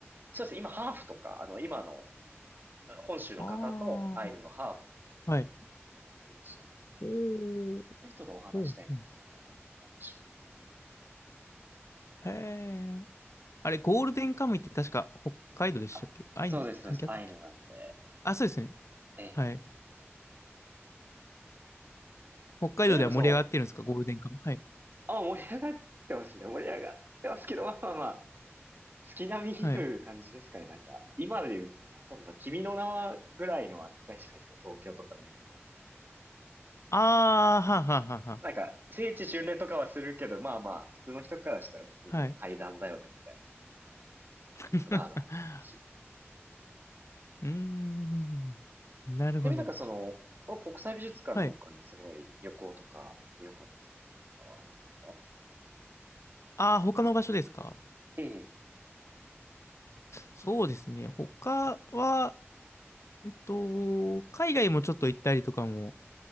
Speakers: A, on the right; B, on the left.
A: そうですね。今、ハーフとか、あの、今の本州の方とアイヌのハーフの方みたい
B: ああー、はい。
A: ないらっしゃる。
B: おー
A: 人ちょっとお話したりとかするのはなかなか面白かったですね。
B: おんうんへえ。あれ、ゴールデンカムイって確か北海道でしたっけあいに関係あったっけ
A: あ、そうです、そうです。アイヌなので。
B: あ、そうですね。
A: ええ。
B: はい。北海道では盛り上がってるんですかゴールデンカムイ。
A: じゃあなんかその、
B: はい。
A: あ、盛り上がってますね。盛り上がってますけど、まあまあまあ、月並みという感じですかね。
B: はい。
A: なんか、今で言う、なんだろうな、君の名はぐらいの扱いじゃないですかね。東京とかで言うとこ。
B: あー、はんはんはんは
A: なんか、聖地巡礼とかはするけど、まあまあ、普通の人からしたら普通の階段だよね、
B: あはい。
A: みたいな。
B: <laughs>
A: 君の名はあるし。
B: うーん。なるほど。
A: ちなみになんかその、この国際美術館の他にすごい旅行とか行ってよかったスポットとかはありますか
B: はい。ああ他の場所ですか
A: ええ、
B: そうですね。他は、うんと、海外もちょっと行ったりとかも